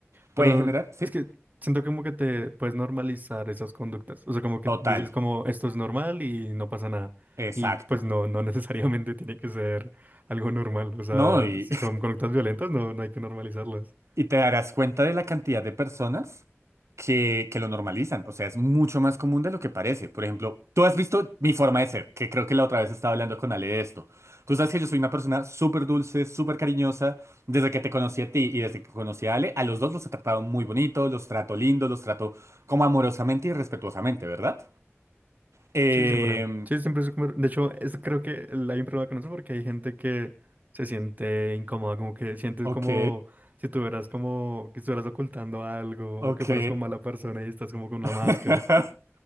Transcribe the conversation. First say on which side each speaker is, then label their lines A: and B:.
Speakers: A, on the right (about 75°); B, on the right (about 35°).
A: Puede
B: Pero
A: generar, sí,
B: es que siento como que te puedes normalizar esas conductas. O sea, como que
A: total,
B: dices como esto es normal y no pasa nada.
A: exacto.
B: Y pues no, no <laughs> necesariamente tiene que ser algo normal. O sea,
A: No, y,
B: si son conductas violentas, no, no hay que normalizarlas.
A: Y te darás cuenta de la cantidad de personas que, que lo normalizan. O sea, es mucho más común de lo que parece. Por ejemplo, tú has visto mi forma de ser, que creo que la otra vez estaba hablando con Ale de esto. Tú sabes que yo soy una persona súper dulce, súper cariñosa. Desde que te conocí a ti y desde que conocí a Ale, a los dos los he tratado muy bonito, los trato lindo, los trato como amorosamente y respetuosamente, ¿verdad? Eh,
B: Sí, siempre. Sí, siempre es como... De hecho, es, creo que el- hay un problema con eso porque hay gente que se siente incómoda, como que sientes
A: ok,
B: como si tuvieras como que estuvieras ocultando algo
A: ok.
B: o que fueras como mala persona y estás como con una
A: <laughs>
B: máscara.